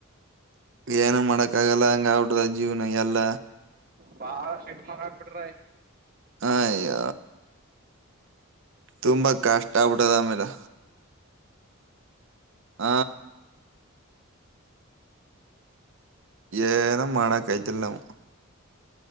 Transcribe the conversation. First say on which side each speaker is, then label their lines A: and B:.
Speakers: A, on the right; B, on the right.
A: ಏನು ಮಾಡಕ್ಕ ಆಗಲ್ಲ ಹಂಗ ಅವಟದ ಜೀವ್ನ ಎಲ್ಲ
B: ಬಾಳ ೆಟ್ನ ಆಪಟ್ರ
A: ಹಯ್ಯ ತುಂಬಾ ಕಷ್ಟ ಆಗ್ಬಿಟ್ಟದ ಆಮೇಲೆ ಹ ಏನೋ ಮಾಡಾಕ್ಐ್ತಿಲ್ ನಾವ